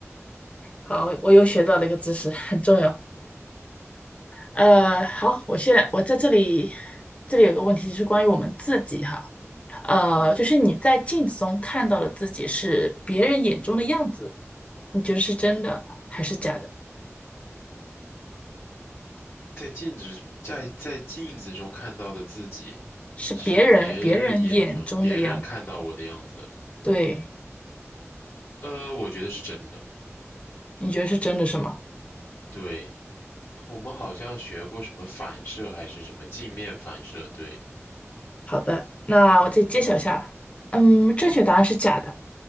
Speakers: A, on the left; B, on the left.
A: 好，我又学到了一个知识，很重要。呃，好，我现在我在这里，这里有个问题是关于我们自己哈。呃，
B: 嗯，
A: 就是你在镜子中看到的自己是别人眼中的样子，你觉得是真的还是假的？
B: 在镜子在在镜子中看到的自己，
A: 是别人别人眼中的样子，
B: 是别人眼中别人看到我的样子。
A: 对，
B: 呃，我觉得是真的。
A: 你觉得是真的是吗？
B: 对。我们好像学过什么反射还是什么镜面反射，对
A: 好的，那我再揭晓一下，嗯，正确答案是假的，